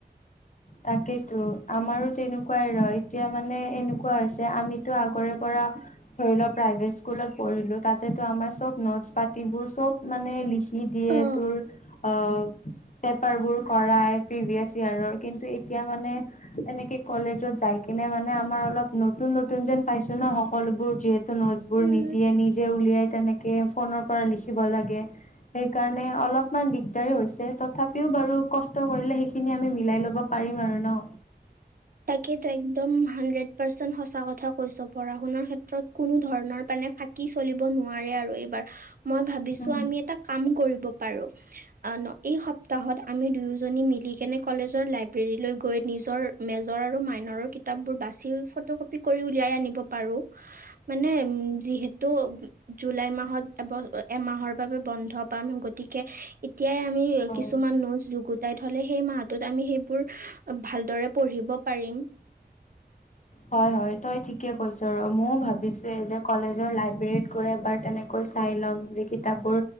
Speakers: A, on the left (about 45°); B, on the right (about 55°).
A: তাকেইতো আমাৰো তেনেকুৱাই ৰ এতিয়া মানে এনেকুৱা হৈছে আমিতো আগৰে পৰা ধৰি ল প্ৰাইভেট স্কুলত পঢ়িলো তাতেটো আমাৰ চ নোট পাতিবোৰ চব মানে লিখি কি দিয়ে
B: অ
A: তোৰ অ পেপাৰ বোৰ কৰাই প্ৰিভিয়াচ ইয়াৰৰ কিন্তু এতিয়া মানে তেনেকে কলেজত যাই কিনে মানে আমাৰ অলপ নতুন নতুন যেন পাইছ ন সকলোবোৰ যিহেতু নোজবোৰ
B: উম
A: নিদিয়ে নিজে উলিয়াই তেনেকে ফোনৰ পৰা লিখিব লাগে সেইকাৰণে অলপমান দিগদাৰ হৈছে তথাপিও বাৰু কষ্ট কৰিলে সেইখিনি আমি মিলাই ল'ব পাৰিম আৰু ন
B: তাকে একদম হাড্ৰেড পাৰ্চেন্ সঁচা কথা কৈছ পঢ়া শুাৰ ক্ষেত্ৰত কোনো ধৰণৰ ফাকি চলিব নোৱাৰে আৰু এইবাৰ মই ভাবিছো
A: উম।
B: আমি এটা কাম কৰিম পাৰোঁ এই সপ্তাহত আমি দুয়োজনী মিলিকনে কলেজৰ লাইব্ৰেৰীলৈ গৈ নিজৰ মেজৰ আৰু মাইনৰৰ কিতাপবোৰ বাচি ফটো কপি কৰি উলিয়াই আনিব পাৰোঁ মানে উম যিহেতু জুলাই মাহত এব এমাহৰ বাবে বন্ধ পাম গতিকে এতিয়াই আমি
A: হয়।
B: কিছুমান নোট যুগুতাই থলে সেই মাহটোত আমি সেইবোৰ ভালদৰে পঢ়িব পাৰিম
A: হয় হয় তই ঠিকে কৈছ ৰ ময় ভাবিছো এই যে কলেজৰ লাইব্ৰেৰীত গৈ এবাৰ তেনেকৈ চাই ল'ম যে কিতাপ বোৰ